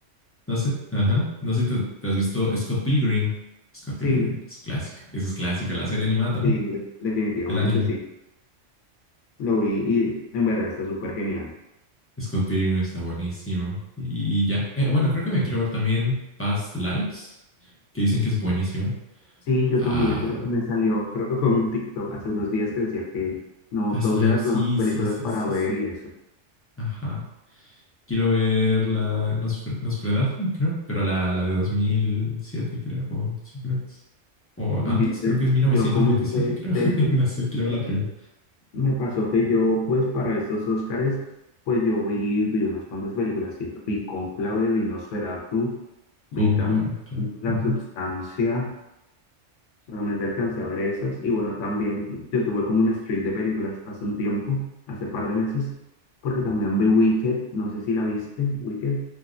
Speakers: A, on the left; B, on the left.
A: No sé, ajá. No sé si te, te has visto Scott Pilgrim. Scott
B: Sí,
A: Pilgrim es clásico. Eso es clásico. La serie animada también.
B: sí, de- definitivamente
A: El anime.
B: sí. Lo vi y en verdad está súper genial.
A: Scott Pilgrim está buenísimo. Y ya. Eh, bueno, creo que me quiero ver también Past Lives, que dicen que es buenísima.
B: Sí, yo
A: Ah,
B: también la quiero. Me salió, creo que fue en un TikTok hace unos días que decía que no,
A: Past
B: top
A: Lives,
B: de las
A: sí,
B: mejores películas
A: sí, sí,
B: para
A: sí,
B: ver
A: sí.
B: y eso.
A: Ajá. Quiero ver la Nosfer- Nosferatu, creo, pero la, la de 2007, creo. O, sí, creo que es. O
B: Yo,
A: antes,
B: inten-
A: creo que es 1997,
B: yo comencé,
A: creo.
B: de
A: <laughs>
B: hecho,
A: No sé, quiero ver la primera.
B: me pasó que yo, pues para estos Óscares, pues yo vi, vi unas cuantas películas, sí. Vi Cónclave, vi Nosferatu, vi
A: Conclave,
B: también
A: claro.
B: La Substancia, Solamente alcancé a ver esas. Y bueno, también yo tuve como un streak de películas hace un tiempo, hace par de meses, porque también vi Wicked. No sé si la viste, Wicked,